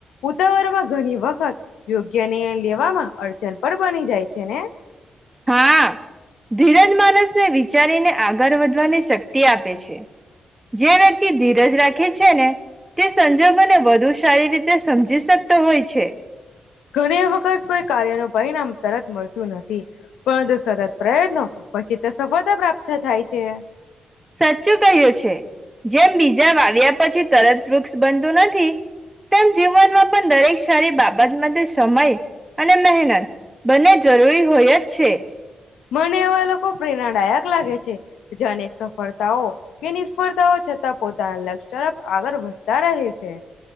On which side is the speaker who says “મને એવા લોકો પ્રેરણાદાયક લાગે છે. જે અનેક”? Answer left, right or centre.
Left